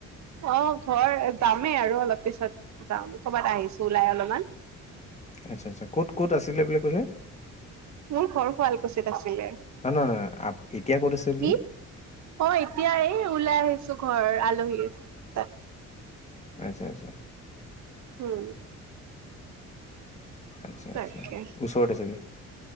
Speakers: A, on the right (about 65°); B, on the left (about 25°).
A: অ', ঘৰ যামেই আৰু অলপ পিছত যাম কৰ'বাত আহিছো ওলাই অলপমান
B: আচ্ছা আচ্ছা ক'ত কত আছিলে বুলিলে কলে
A: মোৰ ঘৰ শুৱালকুছিত আছিলে
B: নহয় নহয় নহয় এতিয়া ক'ত আছে
A: কি
B: বুলি
A: অ', এতিয়া এই ওলাই আহিছো ঘৰ আলহীৰ তাত।
B: আচ্ছা আচ্ছা।
A: হম।
B: আচ্ছা,
A: তাকে
B: আচ্ছা ওচৰতে চাগে?